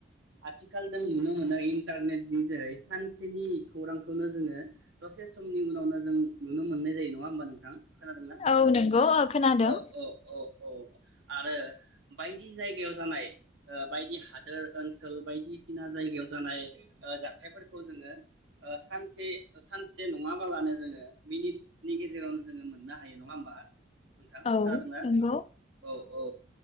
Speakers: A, on the right (about 70°); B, on the left (about 35°).
A: आथिखाल जों नुनो मोनो इन्टारनेटनि जोहै सानसेनि खौरांखौनो जोङो दसे समनि उनावनो जों नुनो मोननाय जायो नङा होनबा नोंथां? खोनादोंना?
B: औ नंगौ खोनादों
A: औ औ औ औ। आरो बायदि जायगायाव जानाय बायदि हादोर ओनसोल बायदिसिना जायगायाव जानाय ओ जाथायफोरखौ जोंङो ओ सानसे सानसे नङाबालानो जोङो मिनिट नि गेजेरावनो जोङो मोननो हायो, नङा होमबा? नोंथां
B: औ
A: खोनादों ना
B: नंगौ
A: औ औ